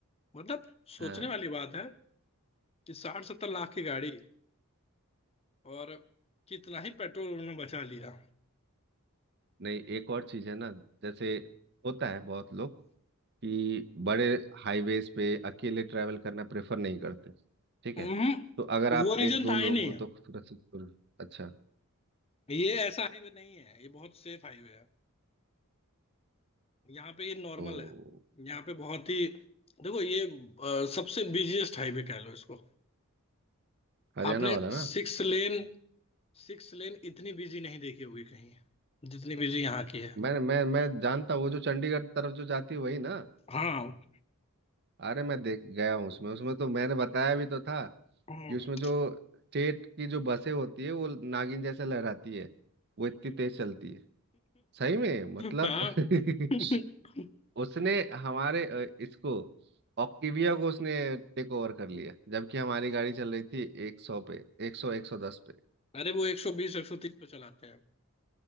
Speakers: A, on the left; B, on the right.
A: मतलब सोचने
B: हाँ
A: वाली बात है कि साठ सत्तर लाख की गाड़ी और कितना ही पेट्रोल उन्होंने बचा लिया
B: नहीं एक और चीज है ना जैसे होता है बहुत लोग कि बड़े हाईवेज पे अकेले ट्रैवल करना प्रेफर नहीं करते ठीक
A: हम्म,
B: है तो अगर आप
A: वो रीजन
B: एक दो
A: था
B: लोग
A: ही नहीं
B: हो तो सूरत अच्छा
A: ये ऐसा हाईवे नहीं है ये बहुत सेफ हाईवे है यहाँ पे ये नॉर्मल
B: ओ
A: है यहाँ पे बहुत ही देखो ये अ, सबसे बिजिएस्ट हाईवे कह लो इसको
B: हरियाणा
A: आपने
B: वाला
A: सिक्स
B: ना
A: लेन सिक्स लेन इतनी बिजी नहीं देखी होगी कहीं जितनी बिजी यहाँ की है
B: मैं मैं मैं जानता हूँ वो जो चंडीगढ़ तरफ जो जाती है वही ना
A: हाँ
B: अरे मैं देख गया हूँ उसमें उसमें तो मैंने बताया भी तो था
A: <laughs>
B: कि उसमें जो स्टेट की जो बसें होती है वो नागिन जैसे लहराती है वो इतनी तेज चलती है सही में मतलब
A: हाँ
B: <laughs>
A: <laughs>
B: उसने हमारे अ, इसको ऑक्टिविया को उसने टेक ओवर कर लिया जबकि हमारी गाड़ी चल रही थी एक सौ पे एक सौ एक सौ दस पे
A: अरे वो एक सौ बीस एक सौ तीस पे चलाते हैं